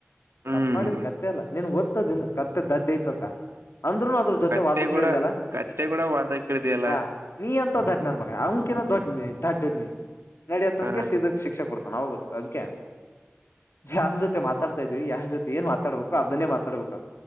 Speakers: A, on the right (about 75°); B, on the left (about 70°).
A: ಹ್ಮ್
B: ತಪ್ಪ ಮಾಡಿದ್ ಕತ್ತೆಲ್ಲ ನಿನ್ಗ್ ದತ್ತದಿಲ್ಲ ಕತ್ತೆ ದಡ್ ಐತತ್ತ ಅಂದ್ರುನು ಅದ್ರ ಜೊತೆ
A: ಕತ್ತೆ
B: ವಾದಕ್
A: ಕೂಡ
B: ಕೇಳಿದಲ್ಲ
A: ಕತ್ತೆ ಕೂಡ ವಾದ ಕೇಳಿದೆಯಲ್ಲ
B: ಹ ನೀಂತ ದಡ್ಡನ ಮಗ ಅವಕನ ದೊಡ್ಡನಿ ದಡ್ಡನಿ ನಡಿಯತನಕ
A: ಹ
B: ಶಿಕ್ಷೆ ಕೊಡ್ತ ಚ ಗ ಅದಕ್ಕೆ ಯಾರ ಜೊತೆ ಮಾತ್ರ ಮಾತಾಡ್ ಇದ್ವಿ ಯಾರ್ ಜೊತೆ ಏನ್ ಮಾತಾಡ್ಬೇಕು ಅದನ್ನೇ ಮಾತಾಡ್ಬೇಕು